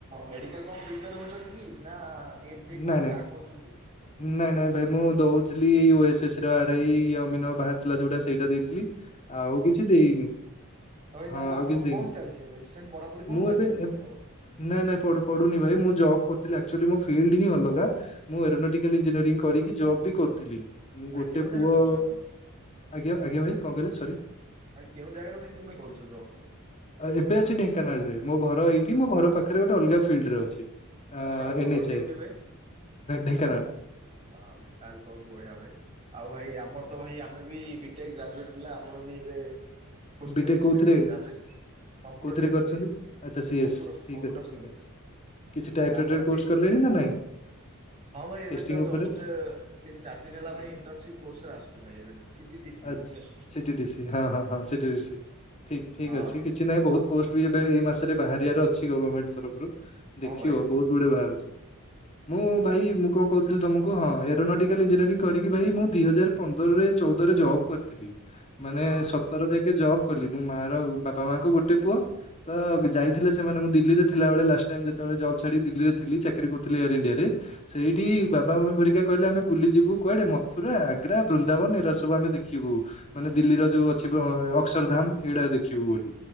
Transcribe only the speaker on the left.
ନାଇଁ
ନାଇଁ
ନାଇଁ ନାଇଁ ଭାଇ ମୁଁ ଦଉଥିଲି ଓ ଏସ୍ ଏ ର ଆରଆଇ ଅମିନ ବାହାରି ଥିଲା ଯୋଉଟା ସେଇଟା ଦେଇ ଥିଲି ଆଉ କିଛି ଦେଇନି।
ହଁ
ଆଉ କିଛି ଦେଇନି
ମୁଁ ଏବେ
ନାଇଁ ନାଇଁ ପଢ଼ ପଢୁନି ଭାଇ ମୁଁ ଜବ କରିଥିଲି ଆକଚୁଆଲି ମୋ ଫିଲ୍ଡ ହିଁ ଅଲଗା। ମୁଁ ଏରୋନେଟିକାଲ ଇଞ୍ଜିନିୟରିଂ କରିକି ଜବ୍ ବି କରୁଥିଲି ମୁଁ
ଗୋଟେ
ପୁଅ
ଆଜ୍ଞା ଆଜ୍ଞା ଭାଇ କଣ କହିଲେ ସରି।
ଏବେ ଅଛି ଢେଙ୍କାନାଳ ରେ ମୋ ଘର ଏଇଠି ମୋ ଘର ପାଖରେ ଗୋଟେ ଅଲଗା ଫିଲ୍ଡ ରେ ଅଛି। ଆ
ଏନେ ଏଚ
ଆଇ ଢେଙ୍କାନାଳ।
ବିଟେକ୍
କୋଉଥିରେ
କୋଉଥିରେ
କରିଛନ୍ତି
ଆଚ୍ଛା ସିଏସ୍
ଠିକ୍
ଅଛି ଠିକ୍
ଅଛି କିଛି ଟାଇପ୍
ରାଇଟର୍ କୋର୍ସ
କଲେଣି ନା ନାଇଁ
ଟେଷ୍ଟିଂ
ଉପରେ
ଆଛା
ସିଟି ଡିସି ହଁ ହଁ ହଁ ସିଟି ଡିସି ଠିକ ଠିକ
ଅଛି କିଛି କିଛି ନାଇଁ ବହୁତ ପୋଷ୍ଟ ବି ଏବେ ଏଇ ମାସରେ ବାହାରିବାର ଅଛି ଗଭର୍ଣ୍ଣମେଣ୍ଟ ତରଫରୁ
ଦେଖିବ
ବହୁତ ଗୁଡେ ବାହାରୁଛି ମୁଁ ଭାଇ ମୁଁ କଣ କହୁଥିଲ ତମକୁ ହଁ ଏରୋଟିକାଲ ଇଞ୍ଜିନିୟରିଂ କରିକି ଭାଇ ମୁଁ ଦି ହଜାର ପନ୍ଦରରେ ଚଉ ପନ୍ଦରରେ ଜବ କରିଥିଲି ମାନେ
ସତରଯାକେ ଜବ କଲି ମୋ ମା ର ବାପା ମାଆଙ୍କ ଗୋଟେ ପୁଅ। ତ ଯାଇଥିଲେ ସେମାନେ ମୁଁ ଦିଲ୍ଲୀରେ ଥିଲାବେଳେ ଲାଷ୍ଟ ଟାଇମ ଯେତେବେଳେ ଜବ୍ ଛାଡି ଦିଲ୍ଲୀରେ ଥିଲି ଚାକିରି କରୁଥିଲି ଏୟାର ଇଣ୍ଡିଆରେ। ସେଇଠି ବାବାମାମା ଘରିକା କହିଲେ ଆମେ ବୁଲିଯିବୁ କୁଆଡେ ମଥୁରା ଆଗ୍ରା ବୃନ୍ଦାବନ ଏରା ସବୁ। ସବୁ ଆମେ ଦେଖିବୁ ମାନେ ଦିଲ୍ଲୀର ଯୋଉ ଅଛି ଅକ୍ଷରଧାମ ଏଇଡା ଦେଖିବୁ ବୋଲି।